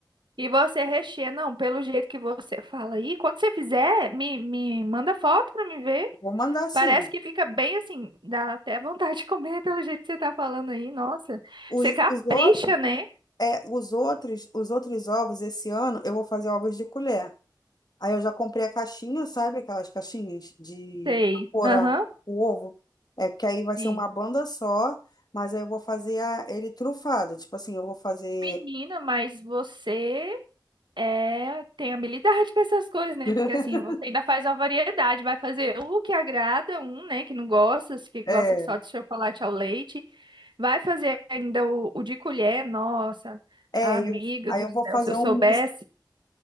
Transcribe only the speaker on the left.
Vou mandar sim.
Os,
os outros,
é, os outros, os outros ovos esse ano eu vou fazer ovos de colher. Aí eu já comprei a caixinha, sabe? Aquelas caixinhas de
pôr
a- o ovo. É que aí vai
ser uma banda só, mas aí eu vou fazer a- ele trufado. Tipo assim, eu vou fazer.
<laughs>
É,
é,
eu- aí
eu
vou fazer
um mousse.